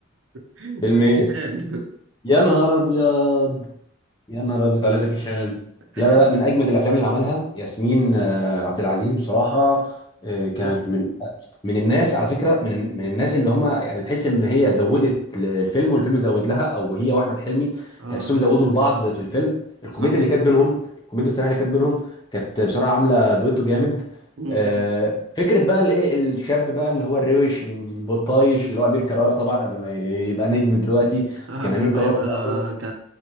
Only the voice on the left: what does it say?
فيلم
ايه
يا نهار ابيض يا نهار ابيض على زكي شان
لا لا لا من اجمد الافلام اللي عملها ياسمين آه، عبد العزيز بصراحه آه، كانت
من من الناس على فكره من من الناس اللي هم يعني تحس ان هي زودت الفيلم والفيلم زود لها او هي واحمد حلمي
تحسهم زودوا لبعض في الفيلم الكوميديا
اللي كانت بينهم
الكوميديا الصريحه اللي كانت بينهم كانت بصراحه عامله دويتو جامد
آه، فكره بقى الايه الشاب بقى اللي هو الروش البطايش اللي هو امير كرارة طبعا قبل ما يبقى نجم دلوقتي
كان امير
كرارة
في الاول